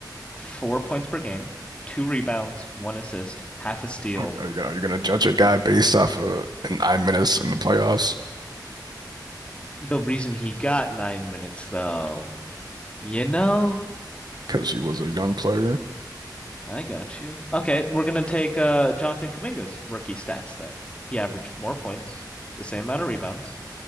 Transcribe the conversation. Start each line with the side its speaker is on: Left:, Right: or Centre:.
Left: four points per game, two rebounds, one assist, half a steal.
Right: Are, are you gonna, are you gonna judge a guy based off of an I minutes in the playoffs
Left: The reason he got nine minutes, though, you know,
Right: because he was a young player?
Left: I got you. Okay. We're going to take uh, Jonathan Kuminga's rookie stats then. He averaged more points, the same amount of rebounds,